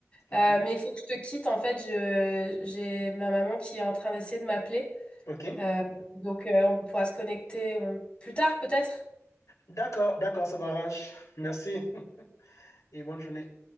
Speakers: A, on the left (about 75°); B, on the left (about 20°).
A: ok,
B: Euh, mais il faut que je te quitte. En fait, je, j'ai ma maman qui est en train d'essayer de m'appeler.
A: ok.
B: Euh, donc, euh, on pourra se connecter euh, plus tard peut-être.
A: D'accord, d'accord, ça m'arrange. Merci <laughs> et bonne journée.